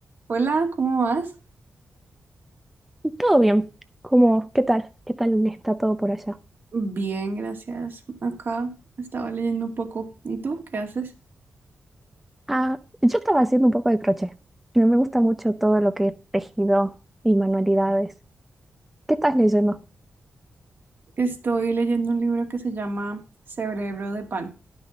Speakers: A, on the right; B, in the centre.
A: Hola, ¿cómo vas?
B: Todo bien. ¿Cómo, qué tal? ¿Qué tal está todo por allá?
A: Bien, gracias. Acá estaba leyendo un poco. ¿Y tú qué haces?
B: Ah, yo estaba haciendo un poco de crochet. Me me gusta mucho todo lo que es tejido y manualidades. ¿Qué estás leyendo?
A: Estoy leyendo un libro que se llama Cerebro de Pan.